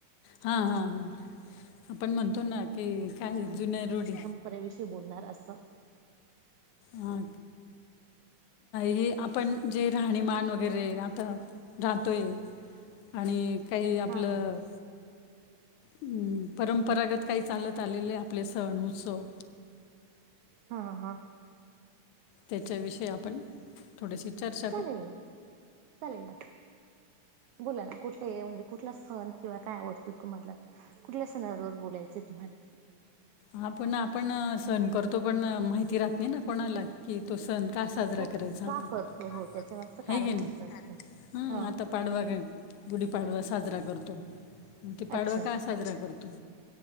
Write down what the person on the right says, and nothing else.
परयविषयी बोलणार असं.
हा हा हा
हां-हां
चालेल नां चालेल नां बोलां नां कुठले म्हणजे कुठला संण किंवा कायं आवडतो. तुम्हांला कुठल्या सणांवर बोलायचंय तुम्हांला
हो
का
करतो हो त्याच्या मागचं कारण
माहित
नसतं.
हा
अच्छा